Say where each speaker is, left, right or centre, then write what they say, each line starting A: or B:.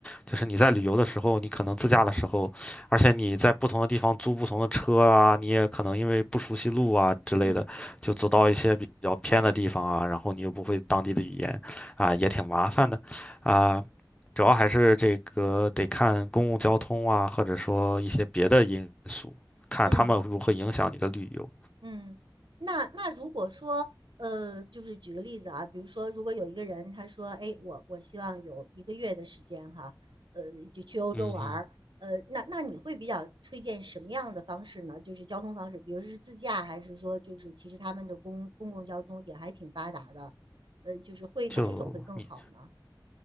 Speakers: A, on the left; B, on the right.
A: 就是你在旅游的时候，你可能自驾的时候，而且你在不同的地方租不同的车啊，你也可能因为不熟悉路啊之类的，
B: 嗯
A: 就走到一些比较偏的地方啊，然后你又不会当地的语言，啊，也挺麻烦的，啊。主要还是这个得看公共交通啊，或者说一些别的因素，看他们如何影响你的旅游。
B: 嗯。嗯，那那如果说，呃，就是举个例子啊，比如说，如果有一个人他说，哎，我我希望有一个月的时间哈，呃，就去欧洲玩儿，
A: 嗯哼，
B: 呃，那那你会比较推荐什么样的方式呢？就是交通方式，比如是自驾，还是说就是其实他们的公公共交通也还挺发达的，呃，就是会哪一种会更好呢？
A: 就你，